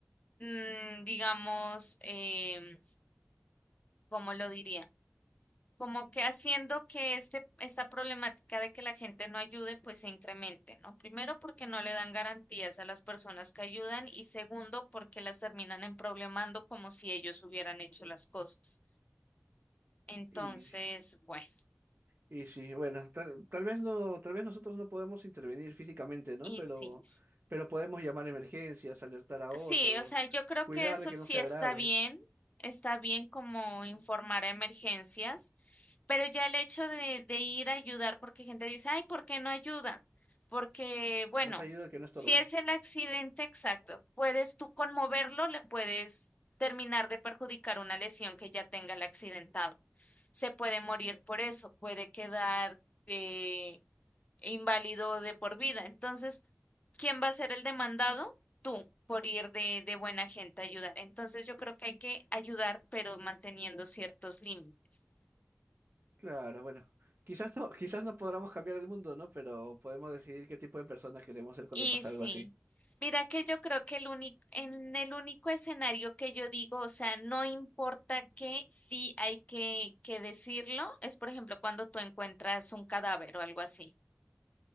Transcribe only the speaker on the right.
Y,
y sí, bueno, tal, tal vez no, tal vez nosotros no podemos intervenir físicamente, ¿no?
Pero,
pero podemos llamar a emergencias, alertar a otros,
cuidar
de que
no se agrave,
más allá de que no estorba.
Claro, bueno, quizás no, quizás no podamos cambiar el mundo, ¿no? Pero podemos decidir qué tipo de persona queremos ser cuando
pasa
algo así.